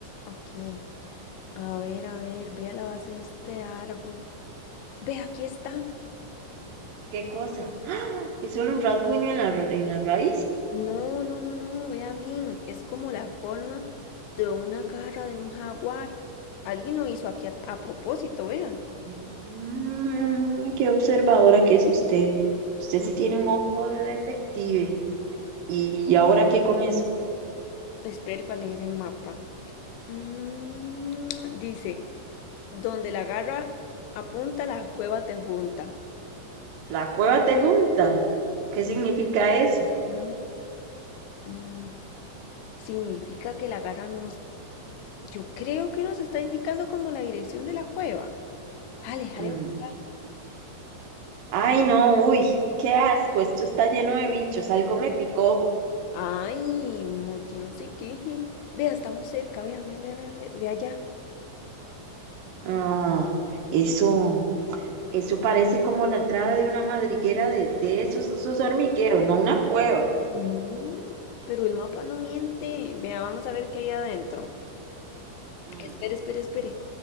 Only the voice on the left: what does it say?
Ok, a ver, a ver, vea la base de este árbol. Ve, aquí está.
No, no, no, no, vea bien, es como la forma de una garra de un jaguar. Alguien lo hizo aquí a, a propósito, vea.
Mm,
Espere para leer el mapa. Mm, dice. Donde la garra apunta, la cueva te junta.
Mm, mm. Significa que la garra nos... Yo creo que nos está indicando como la dirección de la cueva. Jale, jale
a buscar.
Ay, mochi, no sé qué. Vea, estamos cerca. Vea, vea, vea, vea, vea, vea allá.
No, pero el mapa no miente. Vea, vamos a ver qué hay adentro.
Espere, espere, espere.